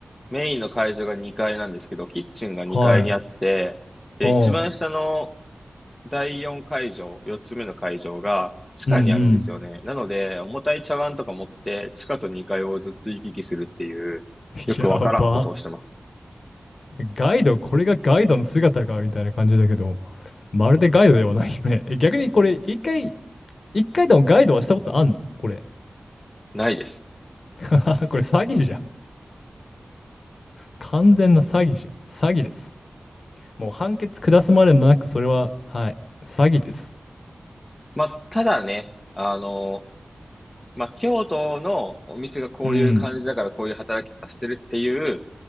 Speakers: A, on the left; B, on the left.
A: メインの会場が2階なんですけど、キッチンが2階にあって、
B: はい。
A: で、
B: うん。
A: 一番下の第4会場、4つ目の会場が地下にあるんですよね。
B: うんうん。
A: なので、重たい茶碗とか持って、地下と2階をずっと行き来するっていう、
B: <laughs>
A: よくわからんことをしてます。
B: やば。ガイド、これがガイドの姿かみたいな感じだけど、まるでガイドではないね。え逆にこれ、一回、一回でもガイドはしたことあんのこれ。
A: ないです。
B: <laughs> これ詐欺じゃん。完全な詐欺じゃん。詐欺です。もう判決下すまでもなく、それは、はい。詐欺です。
A: まあ、ただね、あの、まあ、京都のお店がこういう感じだからこういう働き方してるっていう、
B: うん。